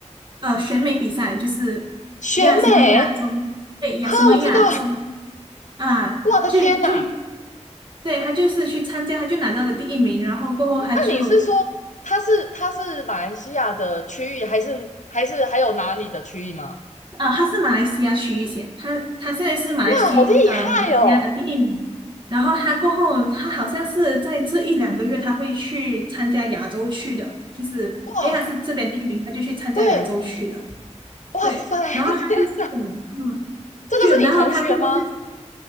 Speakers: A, on the right (about 40°); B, on the left (about 80°).
A: 呃选美比赛，就是
B: 选美。
A: 亚什么亚洲，对亚什么亚洲
B: 哈，我知道，
A: 啊，
B: 我的天呐！
A: 就就对他就是去参加，他就拿到了第一名，然后过后他就
B: 嗯那你是说他是它是马来西亚的区域，还是还是还有哪里的区域吗？
A: 啊他是马来西亚区域选，他他现在是马来西呃马来西亚的第一名，
B: 哇，好厉害哦！
A: 然后他过后他好像是在这一两个月他会去参加亚洲区的，就是因为他是这边第一名，
B: 哇，
A: 他就去参加亚洲区的，
B: 对，哇塞，
A: 对，然后他就是嗯。
B: <laughs> 这个是你同学吗？
A: 就然后他过后就